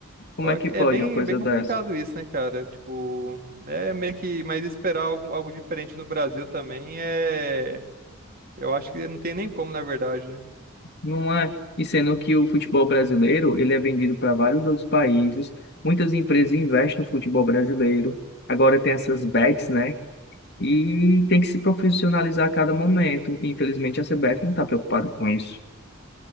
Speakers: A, on the left; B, on the right.
A: Como
B: Só
A: é que
B: que
A: pode
B: é bem,
A: uma coisa
B: bem complicado
A: dessa?
B: isso, né, cara? Tipo, é meio que... Mas esperar algo, algo diferente no Brasil também é... Eu acho que não tem nem como, na verdade, né?
A: Não é. E sendo que o futebol brasileiro, ele é vendido para vários outros países, muitas empresas investem no futebol brasileiro. Agora tem essas bets, né? E tem que se profissionalizar a cada momento. E, Infelizmente, a CBF não está preocupada com isso.